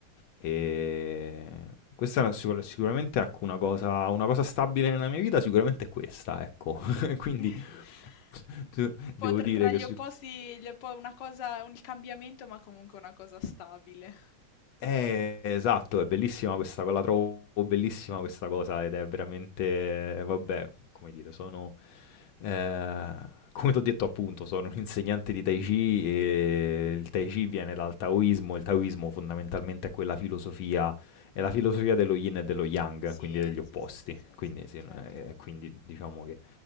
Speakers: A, on the left; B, on the left.
A: ehm, questa è una sicura sicuramente ecco una cosa una cosa stabile nella mia vita sicuramente è questa, ecco. <laughs> Quindi
B: <laughs>
A: <laughs>
B: Un po'
A: devo
B: tra,
A: dire
B: tra
A: che
B: gli
A: su
B: opposti, gli oppo- una cosa, un il cambiamento, ma comunque una cosa stabile.
A: Eh, esatto, è bellissima questa co la trovo bellissima questa cosa ed è veramente vabbè, come dire, sono ehm, <laughs> come t'ho detto appunto, sono un insegnante di Tai Chi e il Tai Chi viene dal Taoismo, il Taoismo fondamentalmente è quella filosofia è la filosofia dello Yin e dello Yang,
B: Sì,
A: quindi degli opposti.
B: sì, sì, sì, sì,
A: Quindi
B: sì,
A: sì,
B: certo,
A: ehm, quindi diciamo che